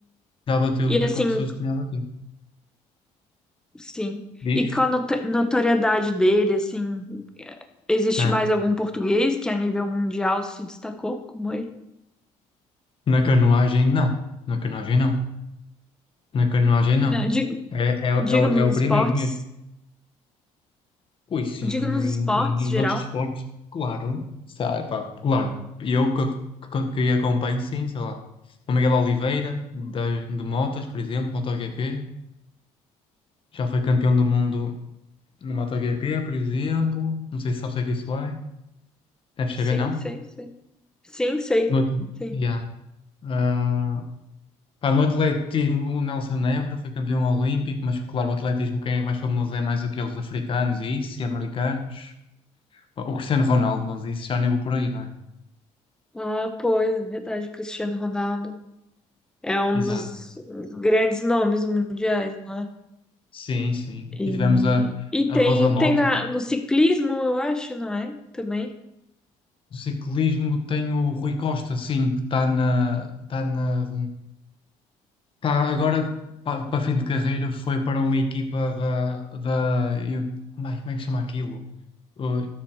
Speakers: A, on the left; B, in the centre.
A: Já bateu
B: E
A: os recordes
B: assim,
A: todos que tinha a bater.
B: sim.
A: Diz?
B: E com a noto- notoriedade dele, assim, é, existe
A: Ah,
B: mais algum português que a nível mundial se destacou como ele?
A: na canoagem, não. Na canoagem, não. Na canoagem, não.
B: Não, digo,
A: É, é, é,
B: digo
A: o
B: nos
A: é o primeiro
B: esportes.
A: mesmo. Ui, sim,
B: Digo nos
A: em,
B: esportes,
A: em,
B: geral.
A: em outros esportes, claro. Sabe, pá, claro. Eu que, que, que acompanho, sim, sei lá. O Miguel Oliveira, de, de motas, por exemplo, MotoGP. Já foi campeão do mundo no MotoGP, por exemplo. Não sei se sabes o que é que isso é. Deve saber,
B: Sim,
A: não?
B: sei, sei. Sim, sei.
A: No, outro-
B: Sim.
A: yeah. Ah, Pá, no atletismo, o Nelson Évora foi campeão olímpico, mas claro, o atletismo quem é mais famoso é mais aqueles africanos e isso, e americanos. Pá, O Cristiano Ronaldo, mas isso já nem vou por aí, não é?
B: Ah, pois, é verdade, Cristiano Ronaldo é um
A: Exato.
B: dos grandes nomes mundiais, não é?
A: Sim, sim.
B: E,
A: E tivemos a,
B: e
A: a
B: tem,
A: Rosa Mota.
B: tem na, no ciclismo, eu acho, não é? Também.
A: No ciclismo tem o Rui Costa, sim, que está na, está na, está agora para fim de carreira, foi para uma equipa da, da, eu- ai, como é que chama aquilo? O